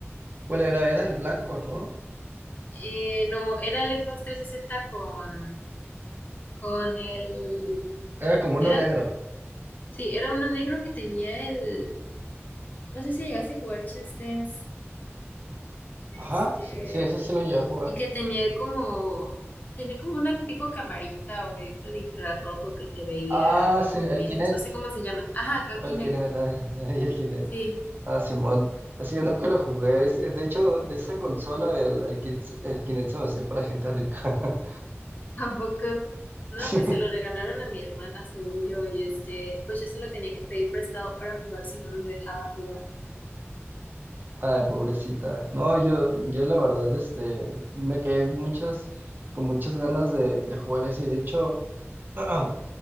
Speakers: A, on the right; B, on the left.
A: ¿Cuál era? Era el blanco, ¿no?
B: Eh, no, era el Xbox 360 con, con el,
A: Era como uno
B: era,
A: negro.
B: sí, era uno negro que tenía el, no sé si llegaste a jugar Just Dance, este,
A: Ajá, sí, sí, ese sí lo llegué a jugar.
B: y que tenía como, tenía como una tipo camarita o de esto de infrarrojo que te veía
A: Ah,
B: los
A: sí,
B: movimientos,
A: el Kinect,
B: no sé cómo se llama. Ajá, con Kinect,
A: el Kinect, eh, <laughs> y el Kinect.
B: sí.
A: Ah, Simón. Así yo nunca lo jugué. es- eh, De hecho, de esa consola, el, el, Kin- el Kinect se me hacía para gente rica. <laughs>
B: <laughs> Tampoco, no,
A: Sí.
B: pues se lo regalaron a mi hermana, según yo, y este, pues yo se lo tenía que pedir prestado para jugar, si no, no me dejaba jugar.
A: Ay, pobrecita. No, yo, yo la verdad, este, me quedé muchas, con muchas ganas de, de jugar ese. De hecho, <clears throat>